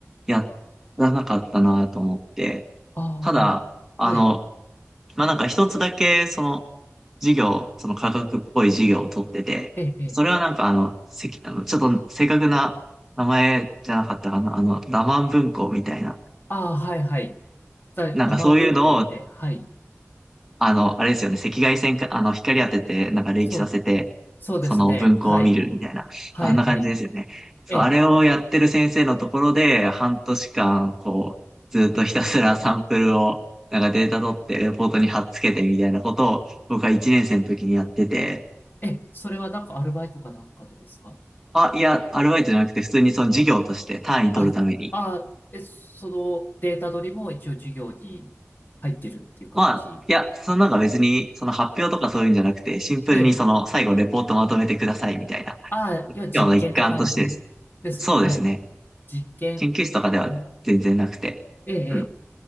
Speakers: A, in the centre; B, on the left (about 40°).
A: やらなかったなと思って、
B: ああ、
A: ただ、あの、
B: はい。
A: まあ、なんか一つだけ、その、授業、その科学っぽい授業を取ってて、
B: ええ、ええ
A: それはなんかあの、せき、あの、ちょっと正確な名前じゃなかったかな、あの、ラマン文庫みたいな。
B: ああ、はいはい。だ、
A: なんかそういうのを、
B: ラマ文庫って、はい。
A: あの、あれですよね、赤外線か、あの、光当てて、なんか冷気させて、
B: そう、そうですね。
A: その文庫を見るみたいな。
B: はい。はい、
A: あんな感じですよね。
B: はい。
A: そう、
B: ええ
A: あれをやってる先生のところで、半年間、こう、ずっとひたすらサンプルを、なんかデータ取って、レポートに貼っつけてみたいなことを、僕は1年生の時にやってて、
B: え、それはなんかアルバイトかなんかでですか
A: あ、いや、アルバイトじゃなくて、普通にその授業として単位取るために。
B: あ、あ、え、そのデータ取りも一応授業に入ってるっていう感じ。
A: まあ、いや、そのなんか別に、その発表とかそういうんじゃなくて、シンプルにその最後レポートまとめてくださいみたいな。
B: ええ。あ、
A: 授業の一環としてです。
B: 要は実験って感じですね。
A: そうですね。
B: はい、はい。実験。
A: 研究室とかでは全然なくて。
B: うん。ええ、ええ。
A: うん。